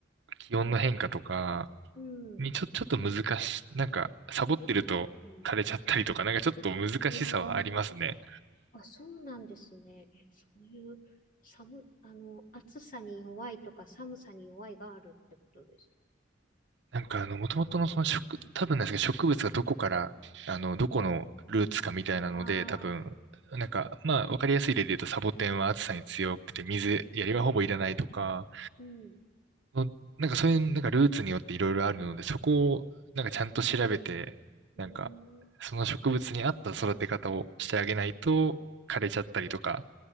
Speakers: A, on the right; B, on the left.
A: 気温の変化とか、
B: うん、
A: にちょ、ちょっと難し、なんか、サボってると枯れちゃったりとか、
B: うん
A: なんかちょっと難しさはありますね。
B: えー、あ、そうなんですね。え、そういう寒、あの、暑さに弱いとか寒さに弱いがあるってことです。
A: なんか、あの、もともとのその植、多分なんですけど、植物がどこから、あの、どこのルーツかみたいなので、
B: あ
A: 多分、なんか、まあ、わかりやすい例で言うと、サボテンは暑さに強くて、水やりはほぼいらないとか、
B: あ、あ、そっか。うん、
A: そのなんかそういう、なんかルーツによっていろいろあるので、そこを、なんかちゃんと調べて、
B: うーん。
A: なんか、その植物に合った育て方をしてあげないと、枯れちゃったりとか、